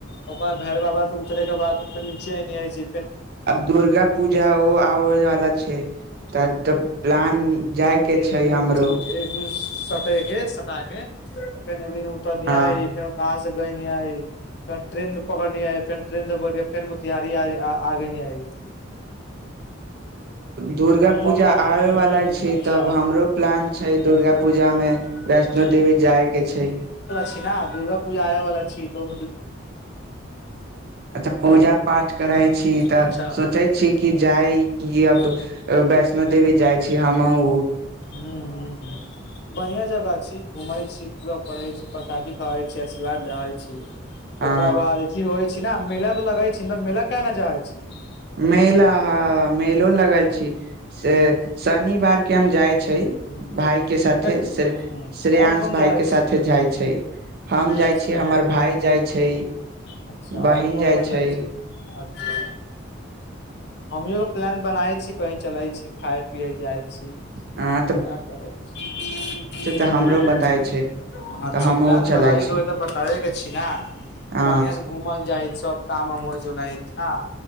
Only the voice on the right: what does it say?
आब दुर्गा पूजा ओ आबे वाला छै तऽ त प्लान जाय के
छै
हमरो
हँ
दुर्गा पूजा
आबैवाला
छै।
तब हमरो प्लान
छै दुर्गा पूजा मे
वैष्णो देवी जाय के छै।
अछा पूजा पाठ करै छी तऽ
सोचै छी कि जाइ कि
अब वैष्णो देवी जाइ छी हमहुँ।
अ
मेला
मेलो लगय छि।
से शनि बा। किय् जाइ। छै
भाय के साथे
श
श्रेयांश
भाय के
साथे जाइ छै हम
जाइ छीय हमर भाय जाइ छै
बहिन
जाइ
छै।
आ।
तऽ
हमरो बताय छै
तऽ हमहुँ
चलै
छी
अ